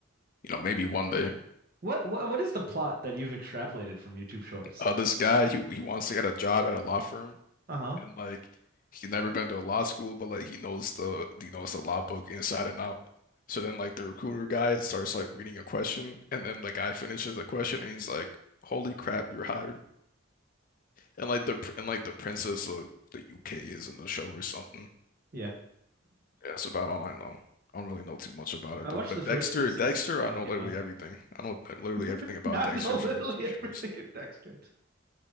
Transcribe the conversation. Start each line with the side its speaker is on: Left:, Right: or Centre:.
Left: you know, maybe one day.
Right: What what what is the plot that you've extrapolated from YouTube Shorts?
Left: Uh, this guy, he he wants to get a job at a law firm,
Right: Uh huh.
Left: and like he's never been to a law school, but like he knows the he knows the law book inside and out. So then, like the recruiter guy starts like reading a question, and then the guy finishes the question, and he's like, "Holy crap, you're hired." and like the pr- and like the princess of the UK is in the show or something.
Right: Yeah.
Left: Yeah, that's about all I know. I don't really know too much about it
Right: I
Left: though.
Right: watched
Left: But
Right: the first
Left: Dexter,
Right: few seasons
Left: Dexter,
Right: when I
Left: I know
Right: came
Left: literally
Right: out.
Left: everything. I know literally everything
Right: <laughs>
Left: about
Right: I
Left: Dexter
Right: know
Left: from
Right: literally
Left: YouTube streams.
Right: everything in Dexter.